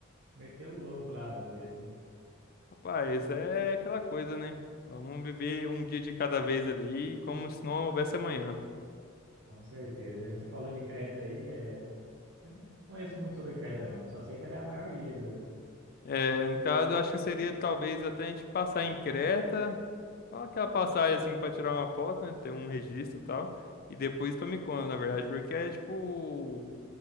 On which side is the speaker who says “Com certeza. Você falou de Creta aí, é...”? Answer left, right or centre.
Right